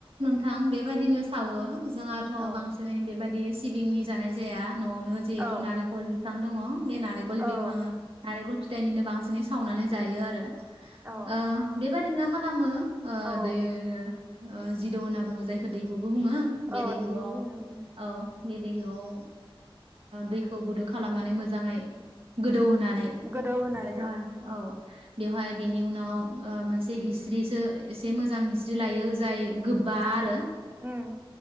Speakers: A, on the right (about 75°); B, on the right (about 25°).
A: थां बेबायदिनो सावो। जोंहाथ'
B: औ
A: बांसिनै बेबादि सिबिंनि जानाय जाया न'आव जेहेतु
B: औ
A: नारेलखल बि बिबां दंङ बे नारेंखल
B: औ
A: बिफांङा नारेंखल फिथाइनिनो बांसिनै सावनानै जायो आरो
B: औ
A: ओ बेबायदिनो खालामो ओ
B: औ
A: <unintelligible> ओ जिदौ होनना बुंङो जायखौ दैहु बो बुङो बे
B: औ
A: दैहुआव
B: बेखौ बुङो उम
A: औ बे दैआव दैखौ गुदुं खालामनानै मोजाङै गोदौ होना ओमफ्राय
B: गोदौ होनानै
A: जाहा
B: औ
A: औ बेवहाय बेनि उनाव मोनसे हिस्रिसो एसे मोजां हिस्रि लायो जाय गोबा आरो
B: उम।